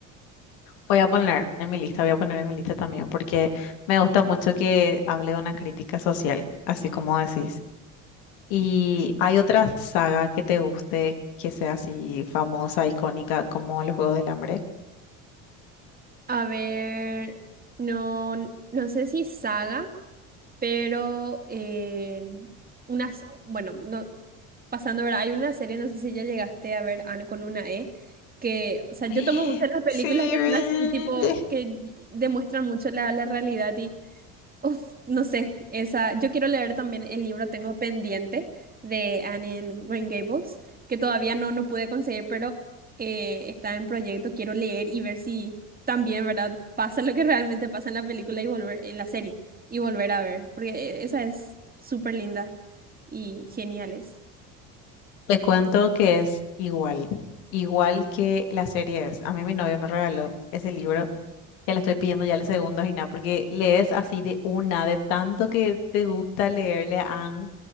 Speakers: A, on the left; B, on the right.
A: Voy a poner en mi lista, voy a poner en mi lista también, porque me gusta mucho que hable de una crítica social, así como decís. ¿Y hay otra saga que te guste, que sea así famosa, icónica, como Los Juegos del Hambre?
B: A ver, no, no sé si saga, pero eh, unas, bueno, no, pasando, ¿verdad? Hay una serie, no sé si ya llegaste a ver, Anne con una E, que, o sea,
A: <gasps>
B: yo tomo muchas las películas
A: Sí,
B: que
A: vi.
B: son así, tipo, que demuestran mucho la, la realidad y Uf, no sé, esa, yo quiero leer también el libro Tengo pendiente de Anne en Green Gables, que todavía no, no pude conseguir, pero eh, está en proyecto, quiero leer y ver si también, ¿verdad? Pasa lo que realmente pasa en la película y volver, en la serie, y volver a ver, porque eh, esa es súper linda y genial es.
A: Te cuento que es igual, igual que la serie es. A mí mi novio me regaló ese libro, ya le estoy pidiendo ya el segundo y nada, porque lees así de una, de tanto que te gusta leerle a Anne.